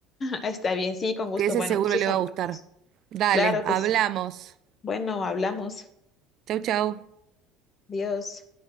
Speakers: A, on the left; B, on the right.
A: Está bien, sí, con gusto.
B: que ese
A: Bueno,
B: seguro
A: entonces
B: le va
A: hablamos.
B: a gustar. Dale,
A: Claro
B: hablamos.
A: que sí. Bueno, hablamos.
B: Chau, chau.
A: Dios.